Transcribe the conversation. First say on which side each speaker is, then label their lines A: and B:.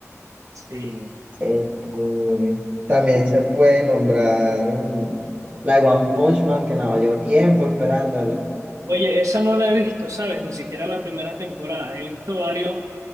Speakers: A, on the right (about 80°); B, on the right (about 30°).
A: sí.
B: Eh, eh, también se puede nombrar mm, la de One Punch Man, que nada, llevo tiempo esperándola
A: Oye, esa no la he visto, ¿sabes? Ni siquiera la primera temporada. He visto varios